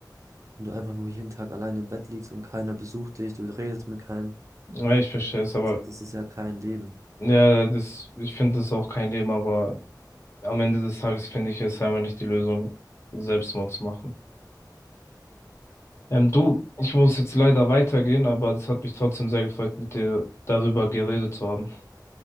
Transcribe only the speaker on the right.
wenn du einfach nur jeden Tag alleine im Bett liegst und keiner besucht dich, du redest mit keinem.
Das ist ja kein Leben.